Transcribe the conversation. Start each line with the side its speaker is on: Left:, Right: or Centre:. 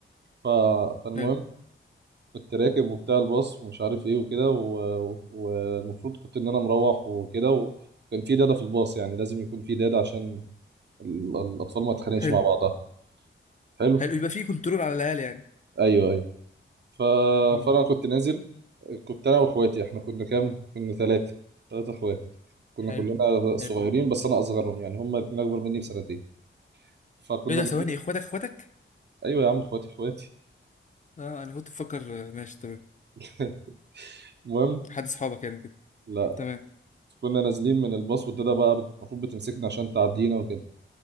Right: ف... فالمهم
Left: حلو
Right: كنت راكب وبتاع الباص ومش عارف ايه وكده و- والمفروض كنت ان انا مروح وكده وكان في داده في الباص يعني لازم يكون في داده عشان ال- الاطفال ما تتخانقش
Left: حلو
Right: مع بعضها حلو
Left: حلو يبقى في كنترول على العيال يعني
Right: ايوه ايوه ف...
Left: امم
Right: فانا كنت نازل كنت انا واخواتي احنا كنا كام كنا ثلاثه ثلاثه اخوات كنا
Left: حلو
Right: كلنا صغيرين
Left: حلو
Right: بس انا اصغرهم يعني هما الاثنين اكبر مني بسنتين فكنا
Left: ايه ده
Right: جايين-
Left: ثواني اخواتك اخواتك
Right: ايوه يا عم اخواتي اخواتي
Left: اه انا كنت بفكر آه، ماشي تمام
Right: <laughs> المهم
Left: حد اصحابك يعني كده
Right: لا
Left: تمام
Right: كنا نازلين من الباص والداده بقى بت- المفروض بتمسكنا عشان تعدينا وكده